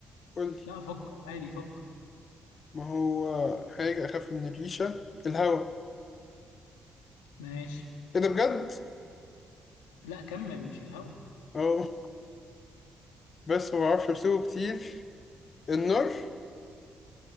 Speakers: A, on the left (about 50°); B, on the left (about 85°).
A: قول لي
B: لا فكر عادي فكر
A: ما هو حاجة اخف من الريشة الهوا
B: ماشي
A: ايه ده بجد
B: لا كمل مش الهوا
A: اه <laughs> بس ما بعرفش امسكه كتير النار